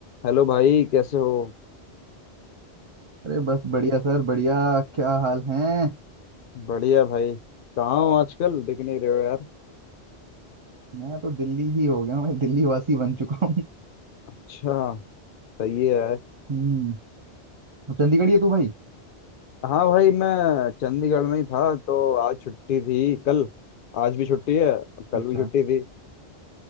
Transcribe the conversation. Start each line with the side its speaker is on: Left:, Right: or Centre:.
Left: Hello भाई कैसे हो
Right: अरे बस बढ़िया सर बढ़िया क्या हाल है
Left: बढ़िया भाई कहाँ हो आजकल दिख नहीं रहे हो यार
Right: मैं तो दिल्ली ही हो गया हूँ मैं दिल्ली वासी बन चुका हूँ
Left: अच्छा सही है यार
Right: हम्म तो चंडीगढ़ ही है तू भाई
Left: हाँ भाई मैं चंडीगढ़ में ही था तो आज छुट्टी थी कल आज भी छुट्टी है और कल
Right: अच्छा
Left: भी छुट्टी थी